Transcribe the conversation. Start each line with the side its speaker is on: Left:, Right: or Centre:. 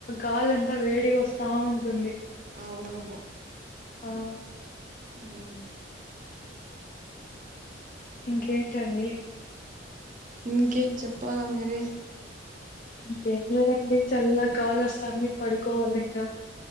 Left: గాలంత్ అంత వేడిగా వస్తా ఉంటుంది.
Right: అవునవును
Left: ఆమ్
Right: ఉమ్
Left: ఇంకేంటండి
Right: ఇంకేం చెప్పాలా మీరే
Left: ఇంకేం లేదండి చల్ల గాలోస్తాంది. పడుకోవాలి ఇంకా.